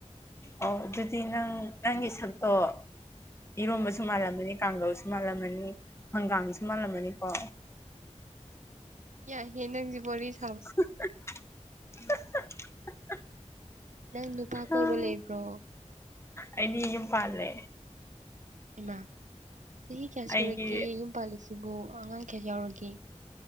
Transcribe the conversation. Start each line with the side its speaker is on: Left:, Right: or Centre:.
Left: ꯑꯣ ꯑꯗꯨꯗꯤ ꯅꯪ ꯅꯪꯒꯤ ꯁꯛꯇꯣ ꯏꯔꯣꯝꯕꯁꯨ ꯃꯥꯜꯂꯝꯃꯅꯤ ꯀꯥꯡꯒꯧꯁꯨ ꯃꯥꯜꯂꯝꯃꯅꯤ ꯍꯪꯒꯥꯝꯁꯨ ꯃꯥꯜꯂꯝꯃꯅꯤꯀꯣ
Right: ꯌꯥꯏꯍꯦ ꯅꯪꯁꯨ ꯋꯥꯔꯤꯁꯨ
Left: <unintelligible>
Right: ꯅꯪ ꯅꯨꯄꯥ ꯀꯣꯏꯕ
Left: ꯑꯥ
Right: ꯂꯩꯕ꯭ꯔꯣ
Left: ꯑꯩꯗꯤ ꯌꯨꯝ ꯄꯥꯜꯂꯦ
Right: ꯏꯃꯥ ꯆꯍꯤ ꯀꯌꯥ
Left: ꯑꯩꯒꯤ
Right: ꯁꯨꯔꯒꯦ ꯌꯨꯝ ꯄꯥꯜꯂꯤꯁꯤꯕꯨ ꯑꯉꯥꯡ ꯀꯌꯥ ꯌꯥꯎꯔꯒꯦ